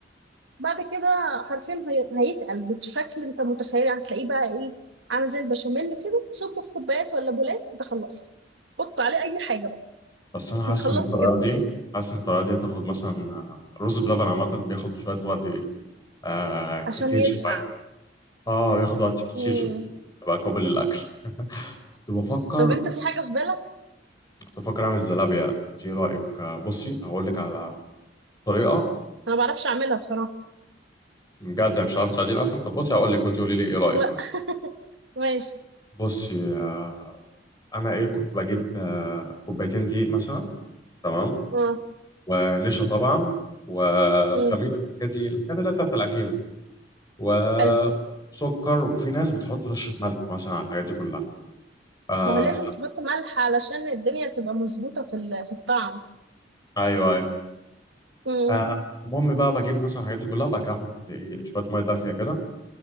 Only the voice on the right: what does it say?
بعد كده حرفيا هي- هيتقل بالشكل انت متخيل يعني هتلاقيه بقى ايه عامل زي البشاميل كده تصبه في كوبايات ولا بولات انت خلصت حط عليه اي حاجه بقى
انت خلصت
كده
عشان
يسقع
مم.
طب انت في حاجه في بالك
انا ما بعرفش اعملها بصراحه
لا
ماشي
اه
مم.
حلو
ما هو لازم
تحط ملح علشان الدنيا تبقى مظبوطه في ال- في الطعم
مم.